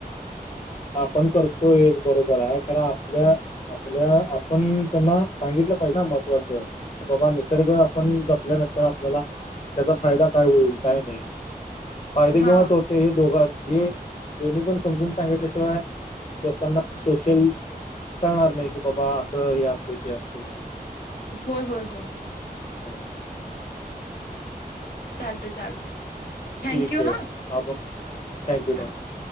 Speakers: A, on the left (about 45°); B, on the left (about 75°).
A: आपण करतोयच, बरोबर आहे,, कारण आपल्याऽऽ आपल्या, आपण त्यांना सांगितलं पाहिजे ना महत्त्वाचंऽ बाबा निसर्ग आपण जपल्यानंतर आपल्याला त्याचा फायदा काय होईल, काय नाही. फायदे
B: हा
A: केंवा तोटे,, हे दोघां, हे दोन्ही पण समजून सांगितलेऽ श लोकांना सोशलऽऽ कळणार नाही की बाबा असं हे असते ते असते
B: हो हो हो
A: ह
B: चालत चालते थँक्यू
A: ठीक आहे
B: हां
A: आप थँक यू ठथॅँक्यू
B: हां